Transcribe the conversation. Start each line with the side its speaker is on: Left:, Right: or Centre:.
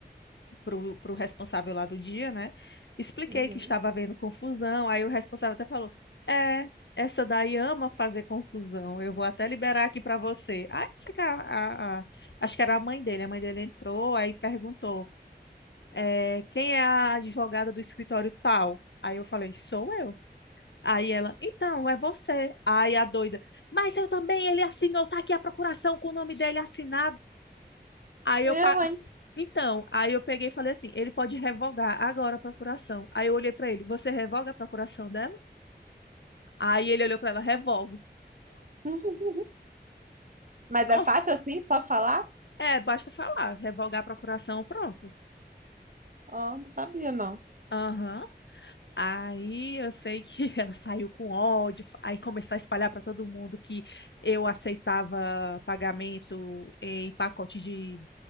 Left: pro, pro responsável lá do dia, né? Expliquei
Right: Uhum.
Left: que estava havendo confusão, aí o responsável até falou: É, essa daí ama fazer confusão, eu vou até liberar aqui para você. Aí sei que a, a- a- acho que era a mãe dele, a mãe dele entrou, aí perguntou. é, quem é a advogada do escritório tal? Aí eu falei, sou eu. Aí ela, então, é você. Aí a doida, mas eu também, ele assinou, tá aqui a procuração com o nome dele assinado. Aí
Right: Eu,
Left: eu, pa-
Right: hein?
Left: então, aí eu peguei e falei assim, ele pode revogar agora a procuração. Aí eu olhei pra ele, você revoga a procuração dela? Aí ele olhou pra ela, revogo.
Right: <laughs> Mas
Left: Nossa,
Right: é fácil assim, só falar?
Left: é, basta falar, revogar a procuração, pronto.
Right: Ó, não sabia, não.
Left: Aham. Aí eu sei que <laughs> ela saiu com ódio, aí começou a espalhar para todo mundo que eu aceitava pagamento em pacotes de